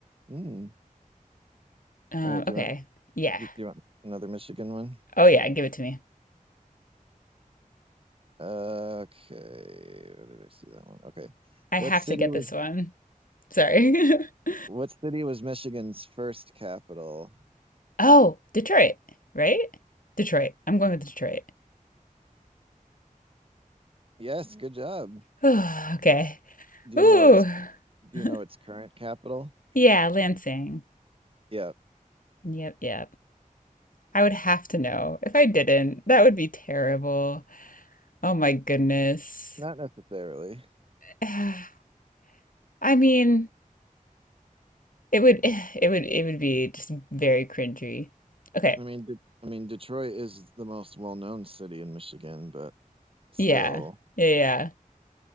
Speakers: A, on the right (about 40°); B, on the left (about 75°).
A: Mm.
B: Um,
A: All right, do
B: okay.
A: you want
B: Yeah.
A: Do you want another Michigan one?
B: Oh yeah, give it to me.
A: Okay, where did I see that one? Okay.
B: I
A: What
B: have
A: city
B: to get
A: was
B: this one. Sorry. <laughs>
A: what city was Michigan's first capital?
B: Oh, Detroit, right? Detroit. I'm going with Detroit.
A: Yes, good job.
B: <sighs> okay.
A: Do you
B: Ooh.
A: know its do
B: <laughs>
A: you know its current capital?
B: Yeah, Lansing.
A: Yeah,
B: Yep, yep. I would have to know. If I didn't, that would be terrible. Oh my goodness.
A: not necessarily.
B: <sighs> I mean, it would <sighs> it would it would be just very cringy. Okay.
A: I mean, De- I mean Detroit is the most well-known city in Michigan, but still,
B: Yeah. Yeah, yeah.